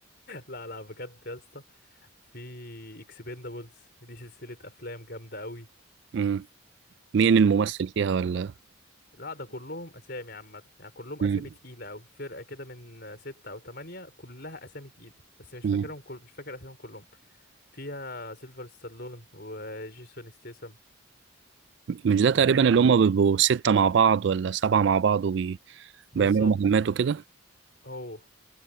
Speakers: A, on the left; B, on the right.
A: لا لا بجد يا اسطى في اكسبندابلز دي سلسلة افلام جامدة قوي
B: مم. مين الممثل
A: وفي
B: فيها ولا
A: لا ده كلهم اسامي عامة يعني كلهم
B: مم.
A: اسامي تقيلة قوي فرقة كده من ستة او تمانية كلها اسامي تقيلة بس مش
B: مم.
A: فاكرهم كل مش فاكر اساميهم كلهم فيها سيلفر ستالون وجيسون ستيسم
B: مش ده تقريبا
A: هي
B: اللي هم بيبقوا ستة مع بعض ولا سبعة مع بعض وبيعملوا
A: بالظبط
B: مهمات وكده
A: اوه